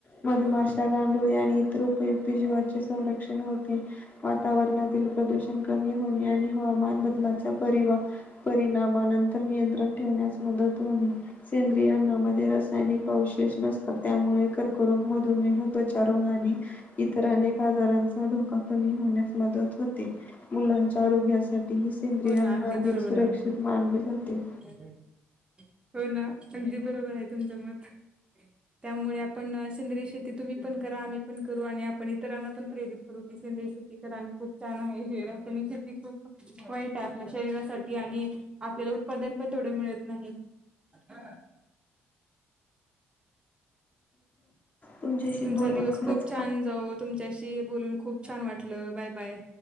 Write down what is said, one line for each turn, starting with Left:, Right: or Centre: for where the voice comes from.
Left: मधमाशा, गांडूळे आणि इतर उपयुक्त जीव चे संरक्षण होते. वातावरणातील प्रदूषण कमी होणे आणि हवामान बदलाचा परिवा परिणामानंतर नियंत्रण ठेवण्यास मदत होणे सेंद्रिय ना <unintelligible> हे रासायनिक अवशेष नसतात, त्यामुळे कर्करोग, मधुमेह त्वचा रोहानी इतर अनेक आजारांचा धोका कमी होण्यास मदत होते. मुलांच्या आरोग्यासा ते ही सेंद्रियांना
Right: हो ना अगदी
Left: अधिक
Right: बरोबर
Left: सुरक्षित
Right: आहे
Left: मानले जाते.
Right: <inaudible> हो ना अगदी बरोबर हाय तुमचं मत त्यामुळे आपण सेंद्रय शेती तुम्ही पण करा आम्ही पण करू आणि आपण इतरांना पण प्रेरित करू की सेंद्रीय शेत ती करा आणि खूप छान आहे हे रासायनिक शेती खूप वाईट हाय आपल्या शरीरासाठी आणि आपल्याला उत्पादन पण तेवढं मिळत नाही. <unintelligible>
Left: तुमच्याशी
Right: तुमचा
Left: बोलून
Right: दिवस
Left: खरंच
Right: खूप छान जावोत. तुमच्याशी बोलून खूप छान वाटलं बाय बाय.